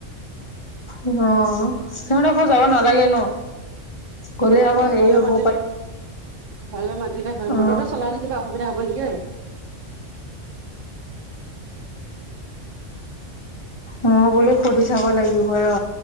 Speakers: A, on the left; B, on the right.
A: অ সিহঁত ঘ যাব নালাগে ন গ'লে
B: নালাগে
A: আকৌ হেৰি
B: ঘৰলৈ
A: হ'বও
B: মাতিলে
A: পাই
B: ঘৰলৈ মাতিলে ঘ মটৰটো
A: অ
B: চলালে কিবা অসুবিধা হ'ব নেকি ঐ
A: মই বোলো সুধি চাব লাগিব ৰ